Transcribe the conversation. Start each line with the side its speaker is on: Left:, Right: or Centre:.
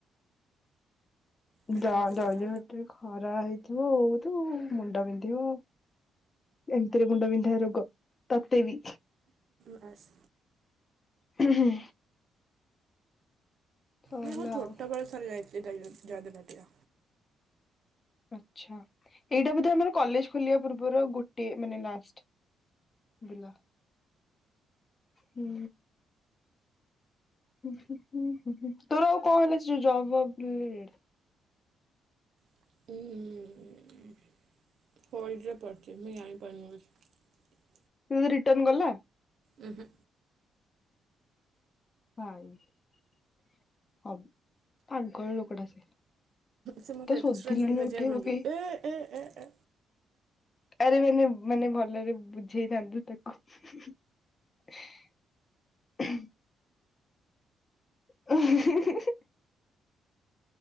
Right: ଏଇଟା
Left: ଯ
Right: ହଉଛି କଥା।
Left: ଜହଟେ ଖରା ହେଇଥିବ ହଉ ତୁ ମୁଣ୍ଡ ବିନ୍ଧିବ। ଏମିତିରେ ମୁଣ୍ଡ ବିିନ୍ଧା ର- କ ତୋତେ ବି
Right: ବାସ୍
Left: ହୁଁ ହୁଁ। ସଇଲା
Right: ମୁଁ ଛୋଟବେେଳେ
Left: ଆଉ
Right: ଥରେ ଯାଇଥିଲି। <unintelligible>
Left: ଆଛା। ଏଇଟା ବୋଧେ ଆମର କଲେଜ ଖୋଲିବା ପୂର୍ବରୁ ଆଉ ଗୋଟେ ମାନେ ଲାଷ୍ଟ ଥିଲା। ହୁଁ। ହୁ ହୁଁ ହୁଁ ହୁଁ ହୁଁ। ତୋର ଆଉ କଣ ହେଲା ସେ ଜବଫବ୍ ରିଲେଟେଡ୍।
Right: <unintelligible>
Left: ତ ରିଟର୍ଣ ଗଲା।
Right: ଉଁ ହୁଁ
Left: <unintelligible> ପାଗଳ ଲୋକଟା ସେ
Right: ସେ ମୋତେ
Left: ତ
Right: ଏକ୍ସଟ୍ରା
Left: ଶୋଧିଲୁନି
Right: ଦି ହଜାର
Left: ଉଠେଇ
Right: ମାଗିଲେ
Left: ପକେଇ
Right: ଏ ଏ ଏ ଏ
Left: ଆରେ ମାନେ ମାନେ ଭଲରେ ବୁଝେଇଥାନ୍ତୁ ତା। <unintelligible> <unintelligible>